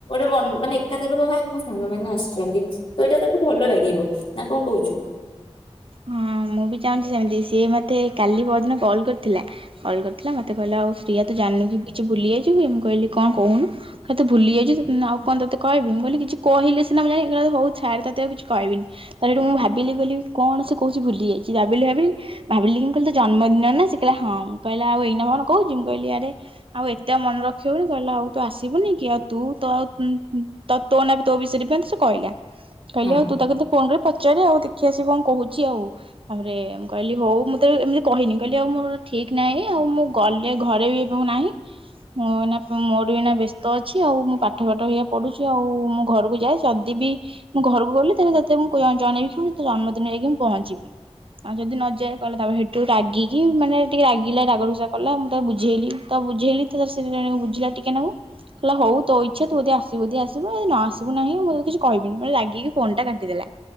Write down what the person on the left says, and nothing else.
ତ ଅନ ମାନେ ଏକା ତାକ ହେଁ ମୋ ସାଙ୍ଗ ମାନେ ଆସୁଛନ୍ତି। ତ ଏଇଟା ତାକୁ ଭଲ ଲାଗିବ ନା କ କହୁଛୁ।
ହୁଁ